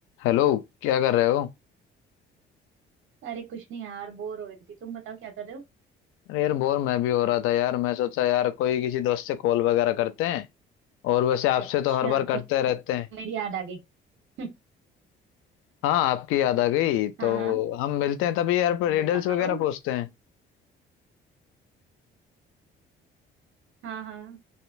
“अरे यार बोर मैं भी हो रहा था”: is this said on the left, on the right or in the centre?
Left